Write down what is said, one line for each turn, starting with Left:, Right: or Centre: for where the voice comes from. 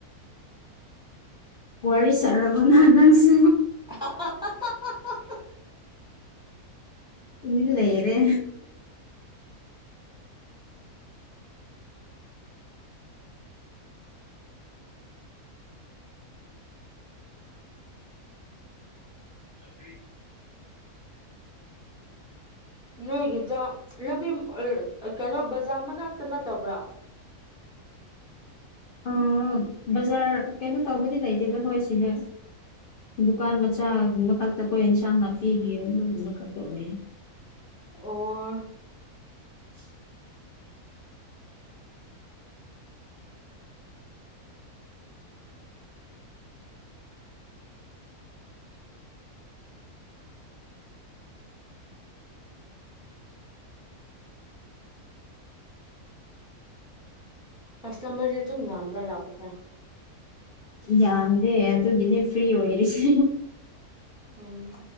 Left: ꯋꯥꯔꯤ ꯁꯔꯕꯣꯅ ꯅꯪꯁꯨ
Centre: ꯑ ꯍꯥ ꯑꯍꯥ
Left: ꯏꯂ ꯌꯦꯔꯦ ꯑꯗꯨ
Centre: ꯅꯣꯏꯒꯤꯗ ꯂꯝꯕꯤ ꯀꯩꯅꯣ ꯕꯖꯥꯔ ꯃꯅꯥꯛꯇ ꯅꯠꯇꯕ꯭ꯔꯥ
Left: ꯑ ꯕꯖꯥꯔ ꯀꯩꯅꯣ ꯇꯧꯕꯗꯤ ꯂꯩꯇꯦꯗ ꯍꯣꯏ ꯁꯤꯅꯦ ꯗꯨꯀꯥꯟ ꯃꯆꯥꯒꯨꯝꯕ ꯈꯛꯇ ꯀꯣꯏ ꯑꯦꯟꯁꯥꯡ ꯅꯥꯄꯤꯒꯤ ꯑꯗꯨꯒꯨꯝꯕ ꯈꯛꯇ ꯑꯣꯏꯌꯦ
Centre: ꯑꯣ
Left: <unintelligible>
Centre: ꯀꯁꯇꯃꯔꯁ ꯑꯗꯨꯝ ꯌꯥꯥ꯭ꯔꯥ ꯂꯥꯛꯗ
Left: ꯌꯥꯝꯗꯦ ꯑꯗꯨꯒꯤꯅꯦ ꯐ꯭ꯔꯤ ꯑꯣꯏꯔꯤꯁ
Centre: ꯎꯝ